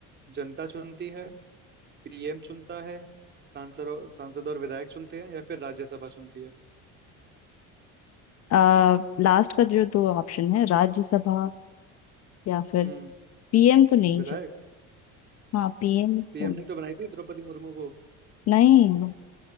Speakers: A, on the right (about 35°); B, on the left (about 50°).
A: जनता चुनती है पीएम चुनता है सांसद और- सांसद और विधायक चुनते हैं या फिर राज्यसभा चुनती है
B: आ, लास्ट का जो दो ऑप्शन है राज्यसभा या फिर
A: हम्म
B: पीएम तो नहीं
A: विधायक
B: चल हाँ पीएम तो
A: पीएम ने तो बनाई थी द्रौपदी मुर्मू को
B: नहीं